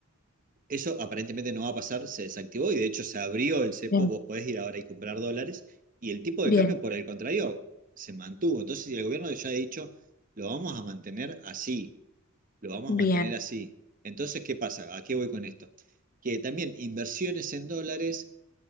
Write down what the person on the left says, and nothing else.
Bien,
bien,
bien.